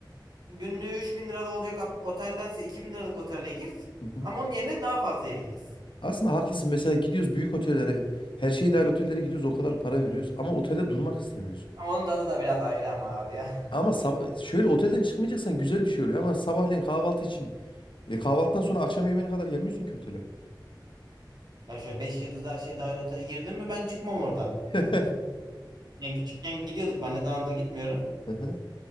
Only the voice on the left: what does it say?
Hı hı.
Aslında haklısın. Mesela gidiyoruz büyük otellere, her şey dahil otellere gidiyoruz, o kadar para veriyoruz ama otelde durmak istemiyoruz.
Ama sabah şöyle otelden çıkmayacaksan güzel bir şey oluyor ama sabahleyin kahvaltı için e, kahvaltıdan sonra akşam yemeğine kadar gelmiyorsun ki otele.
<laughs>
Hı hı.